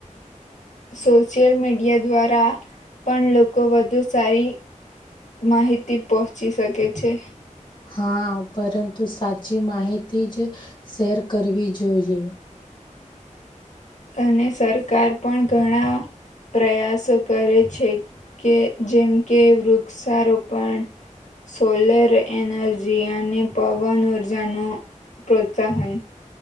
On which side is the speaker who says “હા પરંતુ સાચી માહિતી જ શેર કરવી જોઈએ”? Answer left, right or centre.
Left